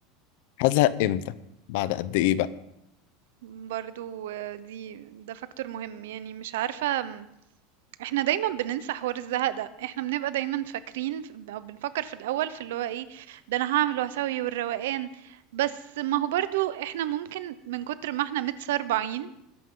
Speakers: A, on the left; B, on the right.
A: هزهق امتى بعد قد ايه بقى
B: برضو آه، دي ده فاكتور مهم يعني مش عارفه م، احنا دايما بننسى حوار الزهق ده احنا بنبقى دايما فاكرين ف- او بنفكر في الاول في اللي هو ايه ده انا هعمل وهسوي والروقان بس ما هو برضو احنا ممكن من كتر ما احنا متسربعين